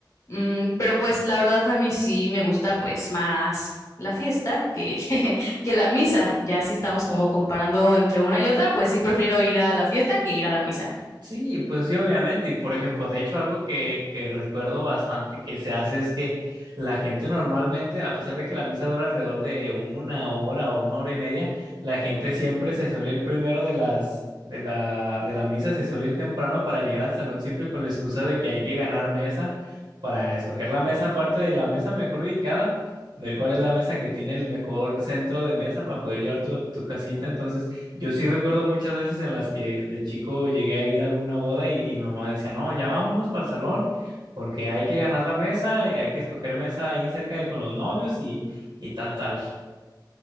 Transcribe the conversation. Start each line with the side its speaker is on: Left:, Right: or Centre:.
Left: Mm, pero pues la verdad a mí sí me gusta pues más la fiesta que, <laughs> que la misa. Ya si estamos como comparando entre una y otra, pues sí prefiero ir a la fiesta que ir a la misa.
Right: Sí, pues sí, obviamente. Y por ejemplo, de hecho, algo que, que recuerdo bastante que se hace es que la gente normalmente, a pesar de que la misa dura alrededor de una hora o una hora y media, la gente siempre se suele ir primero de las, de la, de la misa, se suele ir temprano para llegar al salón siempre con la excusa de que hay que ganar mesa, para escoger la mesa aparte de la mesa mejor ubicada, ver cuál es la mesa que tiene el mejor centro de mesa para poder llevártelo a tu casita. Entonces, yo sí recuerdo muchas veces en las que de chico llegué a ir a alguna boda y, y mi mamá decía, no, ya vámonos para el salón porque hay que ganar la mesa, eh, hay que escoger mesa ahí cerca de con los novios y, y tal, tal.